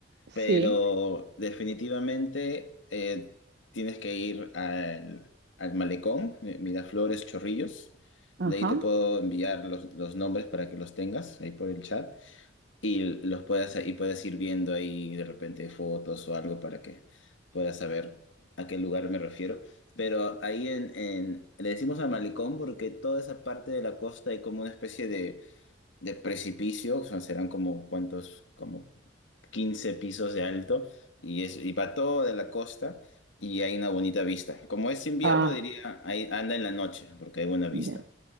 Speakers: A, on the right; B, on the left.
A: Sí.
B: Pero definitivamente eh, tienes que ir al, al malecón, eh, Miraflores, Chorrillos.
A: Ajá.
B: De ahí te puedo enviar los, los nombres para que los tengas ahí por el chat y los puedas y puedas ir viendo ahí de repente fotos o algo para que puedas saber a qué lugar me refiero. Pero ahí en, en- le decimos al malecón porque toda esa parte de la costa hay como una especie de, de precipicio, o sea, serán como cuántos, como 15 pisos de alto y, es, y va todo de la costa y hay una bonita vista. Como es invierno,
A: Ah,
B: diría, ahí anda en la noche porque hay buena vista.
A: ya.